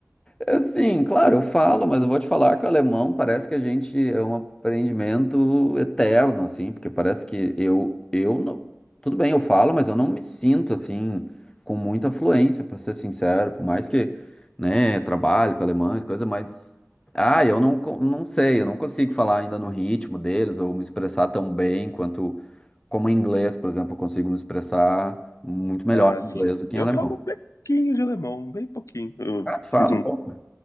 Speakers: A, on the left; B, on the left.
A: Assim, claro, eu falo, mas eu vou te falar que o alemão parece que a gente é um aprendimento eterno, assim, porque parece que eu, eu não, tudo bem, eu falo, mas eu não me sinto, assim, com muita fluência, para ser sincero, por mais que, né, trabalho com alemães, coisa, mas, ah, eu não, co- não sei, eu não consigo falar ainda no ritmo deles, ou me expressar tão bem quanto, como em inglês, por exemplo, eu consigo me expressar muito melhor
B: Ah,
A: em
B: sim.
A: inglês do que
B: Eu
A: em alemão.
B: falo bem pouquinho de alemão, bem pouquinho. Eu
A: Ah, tu fala
B: fiz um,
A: um pouco?